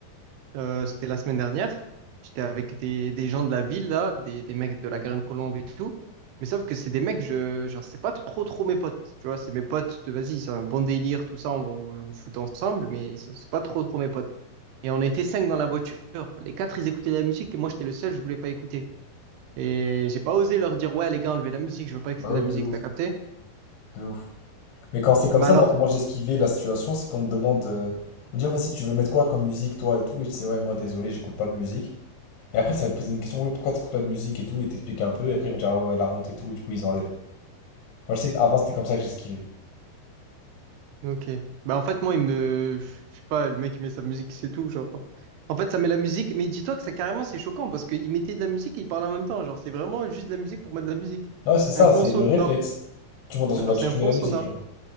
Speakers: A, on the right; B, on the left.
A: Euh, c'était la semaine dernière. J'étais avec des, des gens de la ville, là, des, des mecs de la Garenne-Colombe et tout. Mais sauf que c'est des mecs, je, genre, c'est pas trop, trop mes potes. Tu vois, c'est mes potes de vas-y, c'est un bon délire, tout ça, on va on vous foutre ensemble, mais c'est c'est pas trop, trop mes potes. Et on était cinq dans la voiture. Les quatre, ils écoutaient de la musique et moi, j'étais le seul, je voulais pas écouter. Et j'ai pas osé leur dire, ouais, les gars, enlevez la musique, je veux pas écouter
B: Bah
A: de
B: oui,
A: la musique,
B: de ouf,
A: t'as capté?
B: de ouf. Mais quand c'est comme
A: Mais
B: ça,
A: alors.
B: moi, comment j'ai esquivé la situation, c'est qu'on me demande, euh, on me dit, Oh, vas-y, tu veux mettre quoi comme musique, toi et tout. Et je dis, ouais, moi, désolé, j'écoute pas de musique. Et après, ça va te poser une question, oui, pourquoi t'écoutes pas de musique et tout, et t'expliques un peu, et après, ils vont dire, ah ouais, ouais, la honte et tout, et du coup, ils enlèvent. Moi, je sais qu'avant, c'était comme ça que j'esquivais.
A: Ok. Bah en fait moi il me je sais pas le mec il met sa musique c'est tout genre. En fait ça met la musique mais dis-toi que ça carrément c'est choquant parce qu'il mettait de la musique et il parlait en même temps genre c'est vraiment juste de la musique pour mettre de la musique.
B: Non, c'est ça,
A: Un fond
B: c'est
A: sonore.
B: le réflexe. Tu montes dans
A: Genre
B: une voiture,
A: c'est un
B: tu
A: fond
B: mets la
A: sonore.
B: musique, genre.